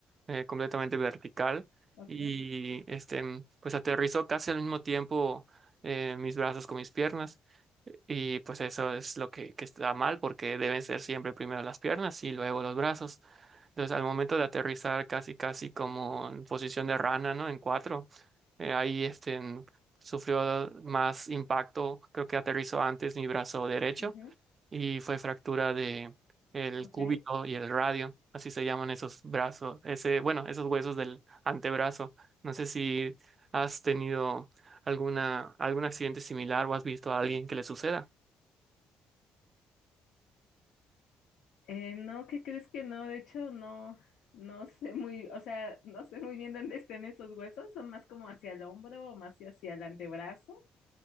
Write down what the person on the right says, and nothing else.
eh, completamente vertical
y este, pues aterrizó casi al mismo tiempo eh, mis brazos con mis piernas. Y pues eso es lo que, que está mal porque deben ser siempre primero las piernas y luego los brazos. Entonces al momento de aterrizar casi casi como en posición de rana, ¿no? En cuatro, eh, ahí este, en- sufrió más impacto, creo que aterrizó antes mi brazo derecho
y fue fractura de el
cúbito y el radio, así se llaman esos brazos, ese, bueno, esos huesos del antebrazo. No sé si has tenido alguna, algún accidente similar o has visto a alguien que le suceda.